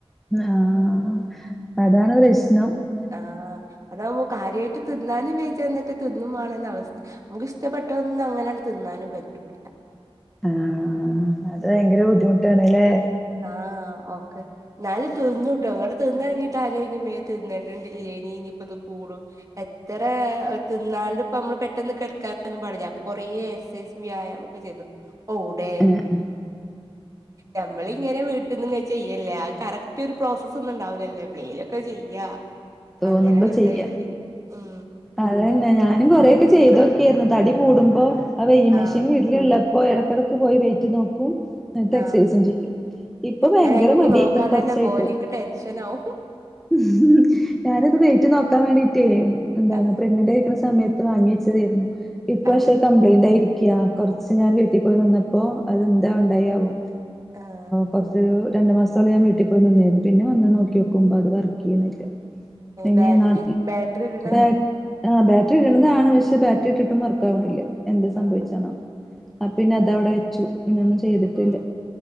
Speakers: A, in the centre; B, on the right.
A: ആഹ് അതാണ് പ്രശ്നം.
B: ആഹ് അതാവുമ്പോ കാര്യായിട്ട് തിന്നാനും വേജ ന്നറ്റെ തിന്നും മാണംന്ന വസ്ഥ. നമുക്ക് ഇഷ്ടപ്പെട്ട ഒന്നും അങ്ങനെ ആണ്ട് തിന്നാനും പറ്റൂല്ല.
A: ആഹ് അത് ഭയങ്കര ബുദ്ധിമുട്ടാണ്ലേ?
B: ആഹ ഓക്കെ. ഇന്നാലും തിന്നുട്ടോ ഇങ്ങട്ട് തിന്ന് കഴിഞ്ഞിട്ട് ആലോചിക്കും മേ തിന്നേണ്ടിണ്ടിലേനി ഇഞ്പ്പത് കൂടും. എത്ര തിന്നാണ്ടും. അപ്പ നമ്മള് പെട്ടെന്ന് കെട്ക്കാനൊന്നും പാടില്ല അപ്പൊ കൊറേ എക്സസൈസും വ്യായാമൊ ക്കെ ചെയ്തത് ഓ എവിടെ
A: ആഹ്
B: നമ്മളിങ്ങനെ. വീട്ട്ന്ന്ങ്ങെനെ ചെയ്യല്ലേ കറക്റ്റ് ഒരു പ്രോസസ് ഒന്നുണ്ടാവിലല്ലേ എപ്പളേലൊക്കെ ചെയ്യാ.
A: തോന്നുമ്പോ
B: അങ്ങനെ ഒരുതായിട്ടെയ്
A: ചെയ്യാ
B: ഉം.
A: അതന്നെ ഞാനും കൊറെ ഒക്കെ- ചെയ്തോക്കിയായിരുന്നു തടി കൂടുമ്പോ ആ വെ്യ മെഷീന്
B: ആഹ്
A: എടു- ല്ലല്ല ഇപ്പോ ഇടക്കിടക്ക് പോയി വെറ്റ് നോക്കും. എന്നിട്ട്
B: ആഹ്
A: എക്സസൈസും ചെയ്യും. ഇപ്പോ ഭയങ്കര
B: ഞാൻ അയിമക്ക്
A: മടി
B: നോക്കാൻ
A: ആയിക്ക്ണ് കൊറച്ചായിട്ട്.
B: തന്നെ പോവല്ല എനിക്ക് ടെൻഷൻ ആവും
A: ഉ ഞാനിത് വേറ്റ് നോക്കാൻ വേണ്ടീട്ടേ എന്താണ്
B: ആഹ്
A: പ്രഗ്നന്റ് ആയിരിക്കുന്ന സമയത്ത്. വാങ്ങി വെച്ചതായിരുന്നു ഇപ്പ-
B: ആഹ്
A: പക്ഷെ കംപ്ലയിന്റ് ആയിരിക്കയാ. കുറച്ച് ഞാൻ വീട്ടിൽ പോയി നിന്നപ്പോ അതെന്താ ഇണ്ടായാവോ,
B: ആഹ്
A: കുറച്ച്- അത് രണ്ട് മാസത്തോളം ഞാൻ- വീട്ടിൽ പോയി നിന്നായിരുന്നു, പിന്നെ വന്ന് നോക്കി ഓക്കുമ്പോൾ അത് വർക്ക് ചെയ്യുന്നില്ല. <unintelligible>
B: ബാറ്ററി ബാറ്ററി ഇടണ
A: ആ ബാറ്ററി ഇട്ണതാണ് പക്ഷെ, ബാറ്ററി ഇട്ടിട്ടും വർക്ക് ആവണില്ല എന്ത് സംഭവിച്ച
B: ആഹ്
A: ആവോ. ആപ്പ പിന്നെ അതവിടെ വെച്ചു. പിന്നൊന്നും ചെയ്തിട്ടില്ല.
B: ഉം